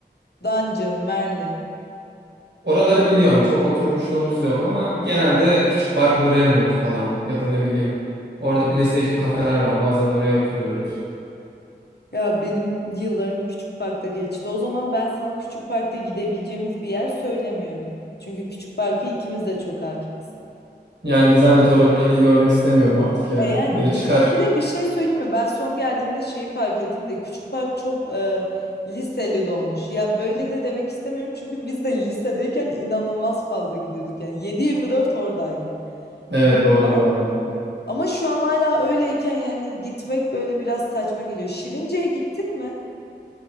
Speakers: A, on the left; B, on the right.
A: Dungeon, Merlin.
B: Oraları biliyorum. Çok oturmuşluğumuz yok ama genelde Küçük Park Brevmood falan ya da ne bileyim. Orada PlayStation kafeler var. Bazen oraya oturuyoruz.
A: Ya benim yıllarım Küçük Park'ta geçti. O zaman ben sana Küçük Park'ta gidebileceğimiz bir yer söylemiyorum. Çünkü Küçük Park'ı ikimiz de çok hakimiz.
B: Yani bir zahmet orayı görmek istemiyorum artık ya.
A: E yani
B: Beni çıkar.
A: ya bir de bir şey söyleyeyim mi? Ben son geldiğimde şeyi fark ettim de küçük park çok e, liseli dolmuş. Ya böyle de demek istemiyorum çünkü biz de lisedeyken inanılmaz fazla gidiyorduk. Yani yedi yirmi dört oradaydık.
B: Evet doğru
A: Ama,
B: bu arada.
A: ama şu an hala öyleyken yani gitmek böyle biraz saçma geliyor. Şirince'ye gittin mi?